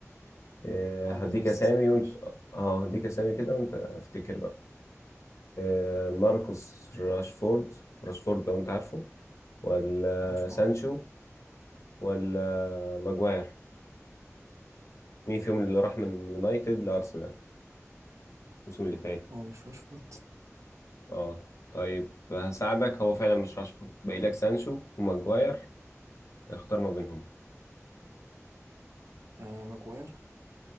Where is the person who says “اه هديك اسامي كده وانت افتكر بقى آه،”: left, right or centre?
Left